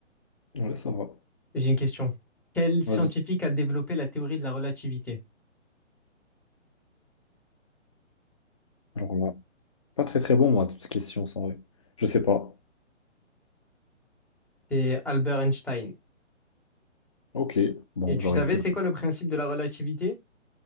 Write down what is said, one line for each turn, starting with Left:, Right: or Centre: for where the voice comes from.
Left: Ouais, ça va.
Centre: J'ai une question. Quel scientifique
Left: Vas-y.
Centre: a développé la théorie de la relativité?
Left: Alors là, pas très très bon, moi, toutes ces questions en vrai. Je sais pas.
Centre: C'est Albert Einstein.
Left: Ok. Bon,
Centre: Et tu
Left: j'aurais
Centre: savais,
Left: pu.
Centre: c'est quoi le principe de la relativité?